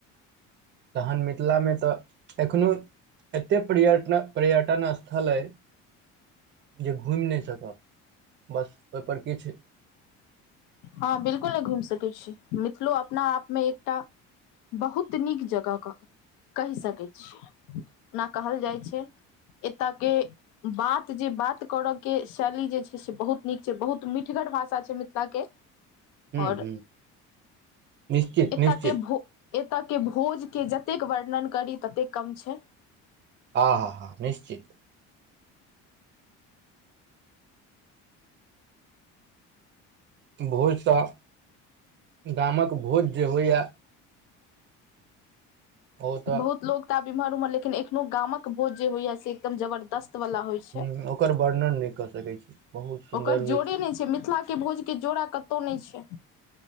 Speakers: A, on the right; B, on the left.
A: तखन मिथिलामे तऽ एखनोहु एतेक पर्यट पर्यटन स्थल छलै जे घुमि नहि सकब बस ओहिपर किछु
B: हँ बिलकुल नहि घुमि सकैत छी मिथिलो अपना आपमे एकटा बहुत नीक जगहके कहि सकैत छियै ओना कहल जाइ छै एतय के बात जे बात करय के शैली जे छै से बहुत नीक छै बहुत मीठा भाषा छै मिथिलाके
A: हुं
B: आओर
A: हुं निश्चित
B: ए
A: निश्चित
B: ताक भो ओतऽ के भोजके जतेक वर्णन करी ततेक कम छै
A: हँ ह अहा निश्चित भोजसँ गामक भोज जे होइए ओ तऽ
B: बहुत लोग तऽ आब एम्हर उम्हर लेकिन एखनो गामक भोज जे होइया से एकदम जबरदस्त वला होइ छै
A: हुं ओकर वर्णन नहि कऽ सकै छी बहुत सुन्दर
B: ओकर
A: होइ
B: जोड़े नहि छै मिथिला के भोज के जोड़ा कतहु नहि छै